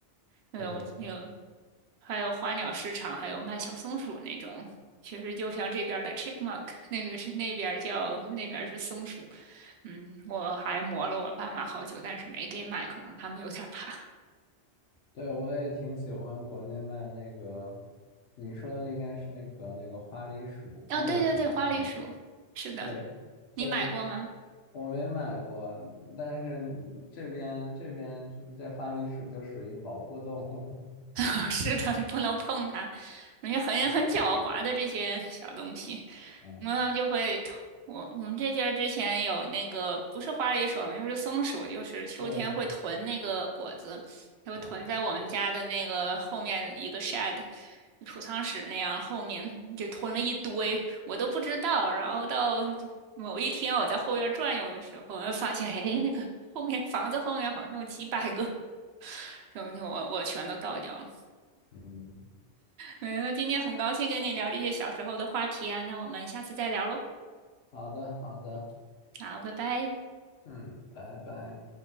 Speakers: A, on the right; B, on the left.
A: 那种有
B: 对
A: 还有花鸟市场，还有卖小松鼠那种，其实就像这边儿的 chipmunk，那个是那边儿叫那边儿是松鼠。嗯，我还磨了我爸妈好久，但是没给买，可能他们有点儿怕。
B: 对，我也挺喜欢国内卖那个，你说的应该是那个那个花栗鼠，
A: 哦，
B: 那个很漂亮。
A: 对对对，花栗鼠，是的，
B: 对，
A: 你买过吗？
B: 这我没买过，但是这边这边这花栗鼠就属于保护动物了
A: <laughs> 是的，你不能碰它，因为很很狡猾的这些小东西。
B: <laughs>。嗯，
A: 然后他们就会我我们这边儿之前有那个不是花梨鼠，就是松鼠，就是秋天会囤那个果子，
B: 对对，
A: 就囤在我们家的那个后面一个
B: 嗯
A: shed 储藏室那样后面，就囤了一堆，我都不知道。然后到某一天我在后院转悠的时候，发现哎，那个后面房子后面好像有几百个，然后就我我全都倒掉了。
B: 嗯，
A: 嗯，那今天很高兴跟你聊这些小时候的话题啊，那我们下次再聊喽。
B: 好的好的，
A: 好，拜拜。
B: 嗯，拜拜。